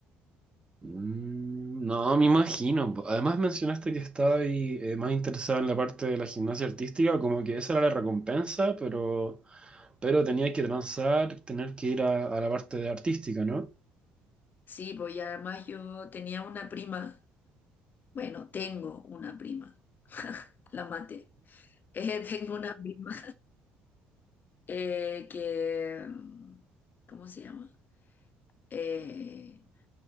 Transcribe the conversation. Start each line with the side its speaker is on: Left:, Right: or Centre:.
Right: Mm, no, me imagino. Además mencionaste que estaba ahí, eh, más interesado en la parte de la gimnasia artística, como que esa era la recompensa, pero, pero tenía que transar, tener que ir a, a la parte de artística, ¿no?
Left: Sí, pues y además yo tenía una prima, bueno, tengo una prima, la maté. <laughs> Eh, tengo una prima eh, que, mm, ¿cómo se llama? Eh,